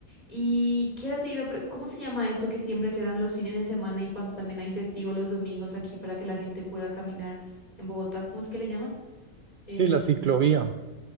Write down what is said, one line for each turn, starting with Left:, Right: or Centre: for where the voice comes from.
Left: ¿Y qué era te iba a pre- cómo se llama esto que siempre cierran los fines de semana y cuando también hay festivo los domingos aquí para que la gente pueda caminar en Bogotá? ¿Cómo es que le llaman?
Right: Sí,
Left: Em,
Right: la ciclovía.